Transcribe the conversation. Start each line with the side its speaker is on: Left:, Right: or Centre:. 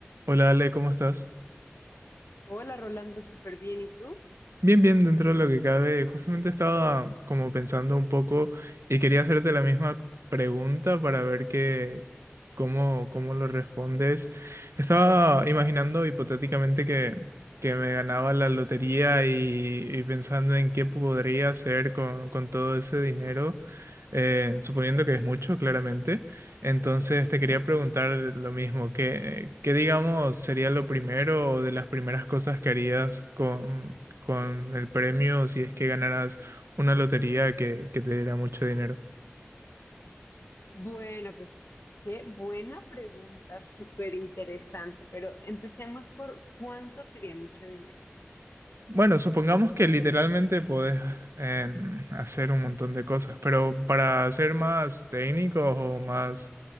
Right: Hola Ale, ¿cómo estás?
Left: Hola Rolando, súper bien. ¿Y tú?
Right: Bien, bien, dentro de lo que cabe, justamente estaba como pensando un poco y quería hacerte la misma pregunta para ver qué, cómo, cómo lo respondes. Estaba imaginando hipotéticamente que, que me ganaba la lotería y, y pensando en qué podría hacer con, con todo ese dinero, eh, suponiendo que es mucho, claramente. Entonces te quería preguntar lo mismo, ¿qué, qué digamos sería lo primero o de las primeras cosas que harías con, con el premio si es que ganaras una lotería que, que te diera mucho dinero.
Left: Bueno, pues qué buena pregunta, súper interesante, pero empecemos por cuánto sería mucho dinero.
Right: Bueno, supongamos que literalmente podés em, hacer un montón de cosas, pero para ser más técnicos o más,